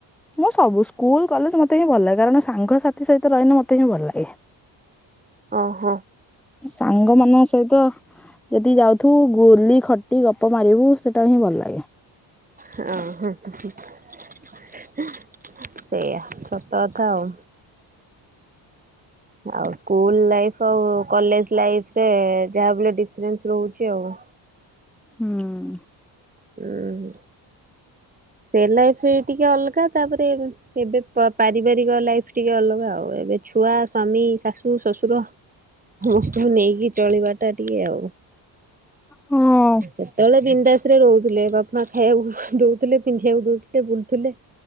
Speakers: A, in the centre; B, on the right.
A: ମୁଁ ସବୁ ସ୍କୁଲ କଲେଜ ମତେ ହିଁ ଭଲ ଲାଗେ କାରଣ ସାଙ୍ଗସାଥି ସହିତ ରହିଲେ ମତେ ହିଁ ଭଲ ଲାଗେ।
B: ଓହୋ
A: ସାଙ୍ଗ ମାନଙ୍କ ସହିତ ଯଦି ଯାଉଥୁବୁ ଗୁଲି ଖଟି ଗପ ମାରିବୁ ସେଇଟା ହିଁ ଭଲ ଲାଗେ।
B: ହଁ ହଁ। ସେଇଆ ସତ କଥା ଆଉ ଆଉ ସ୍କୁଲ ଲାଇଫ ଆଉ କଲେଜ ଲାଇଫରେ ଯାହାବ ଡିଫରେନ୍ସ ରହୁଛି ଆଉ
A: ହୁଁ।
B: ହୁଁ। ରିଅଲ ଲାଇଫରେ ଟିକେ ଅଲଗା ତାପରେ ଏବେ ପାରିବାରିକ ଲାଇଫ ଟିକେ ଅଲଗା ଆଉ ଏବେ ଛୁଆ ସ୍ୱାମୀ ଶାଶୁ ଶ୍ୱଶୁର ସମସ୍ତଙ୍କୁ ନେଇକି ଚଳିବାଟା ଟିକେ ଆଉ
A: ହୁଁ।
B: ସେତେବେଳେ ବିନ୍ଦାସ ରେ ରହୁଥିଲେ ବାପା ଖାଇବାକୁ ଦଉଥିଲେ ପିନ୍ଧିବାକୁ ଦଉଥିଲେ ବୁଲୁଥିଲେ।